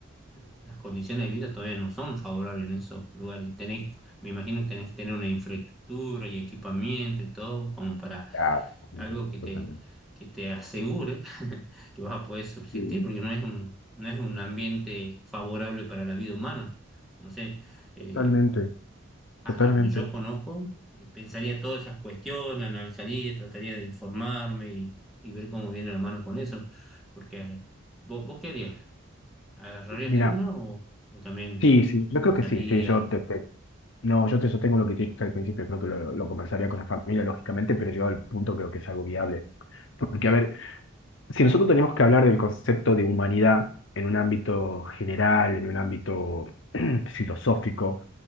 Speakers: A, in the centre; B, on the left.
A: las condiciones de vida todavía no son favorables en esos lugares. Y Tenés, me imagino que tenés que tener una infraestructura y equipamiento y todo como para
B: Ah, totalmente.
A: algo que te,
B: totalmente.
A: que te asegure <laughs> que vas a poder subsistir,
B: Sí,
A: porque no es un, no es un ambiente favorable para la vida humana. No sé, eh,
B: Totalmente,
A: hasta
B: totalmente.
A: donde yo conozco, eh, pensaría todas esas cuestiones, analizaría, trataría de informarme y, y ver cómo viene la mano con eso. Porque, eh, ¿vos, vos qué harías? ¿Agarrarías
B: Mira,
A: de una o, o también
B: sí, sí, yo
A: pensarías?
B: creo que sí, sí, yo te, te- no, yo te sostengo lo que te dije al principio, creo que lo, lo conversaría con la familia, lógicamente, pero llegado al punto creo que es algo viable. Porque, a ver, Si nosotros tenemos que hablar del concepto de humanidad en un ámbito general, en un ámbito <clears throat> filosófico,